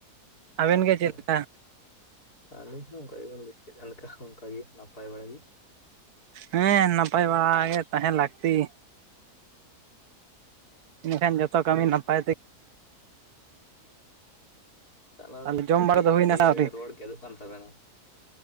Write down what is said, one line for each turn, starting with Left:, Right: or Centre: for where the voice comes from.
Right: ᱟᱵᱮᱱ
Left: ᱟᱪᱪᱷᱟ
Right: ᱜᱮ ᱪᱮᱫ ᱞᱮᱠᱟ
Left: ᱟᱹᱞᱤᱧ ᱦᱚᱸ ᱚᱝᱠᱟ ᱜᱮᱵᱮᱱ ᱞᱟᱹᱭ ᱠᱮᱫ ᱡᱟᱦᱟᱸ ᱞᱮᱠᱟ ᱚᱝᱠᱟ ᱜᱮ ᱱᱟ ᱯᱟᱭ ᱵᱟᱲᱟ ᱜᱤ᱾
Right: ᱦᱮᱸ ᱱᱟᱯᱟᱭ ᱵᱟᱲᱟ ᱜᱮ ᱛᱟᱦᱮᱸᱱ
Left: ᱦᱮᱸ
Right: ᱞᱟᱠᱛᱤ᱾ ᱤᱱᱟᱹᱠᱷᱟᱱ ᱡᱚᱛᱚ ᱠᱟᱹᱢᱤ ᱱᱟᱯᱟᱭ ᱛᱮᱜᱮ
Left: ᱛᱟᱞᱮ
Right: ᱛᱟᱦᱚᱞᱮ ᱡᱚᱢ
Left: ᱠᱟᱹᱴᱤᱡ
Right: ᱵᱟᱲᱟ ᱫᱚ ᱦᱩᱭᱱᱟ
Left: ᱤᱭᱟᱹ
Right: ᱥᱮ ᱟᱹᱣᱨᱤ
Left: ᱨᱚᱲ ᱜᱮᱫᱚᱜ ᱠᱟᱱ ᱛᱟᱵᱮᱱᱟ᱾